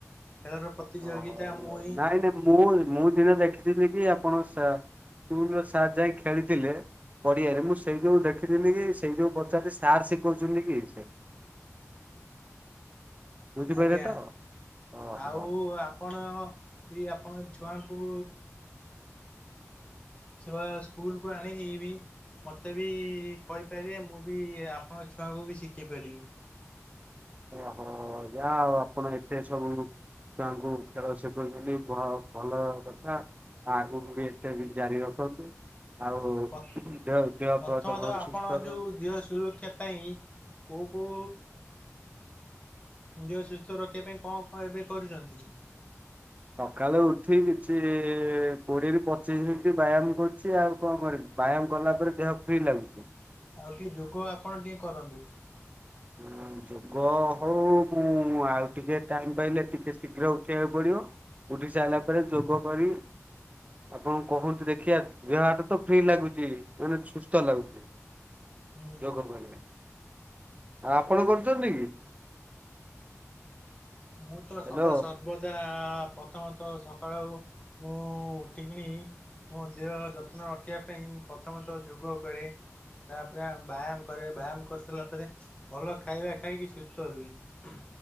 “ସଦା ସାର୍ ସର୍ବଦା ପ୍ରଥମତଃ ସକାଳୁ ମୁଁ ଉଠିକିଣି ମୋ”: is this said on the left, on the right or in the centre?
Left